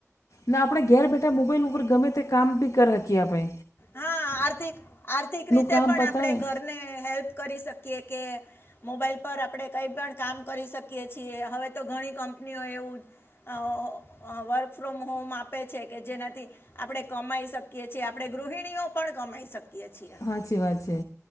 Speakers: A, on the left (about 80°); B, on the left (about 45°).
A: ના આપડે ઘેર બેઠા મોબાઈલ ઉપર ગમે તે કામ બી કર હકી એ આપડે
B: હા આર્થિક આર્થિક રીતે
A: કામ
B: પણ
A: પતાય
B: આપડે ઘરને હેલ્પ કરી શકીએ કે મોબાઈલ પર આપડે કઈ પણ કામ કરી શકીએ છીએ હવે તો ઘણી કંપનીઓ એવું આવો વર્ક ફ્રોમ હોમ આપે છે કે જેનાથી આપડે કમાઈ શકીએ છે આપડે ગૃહિ ણીઓ પણ કમાઈ શકીએ છીએ
A: હાચી વાત છે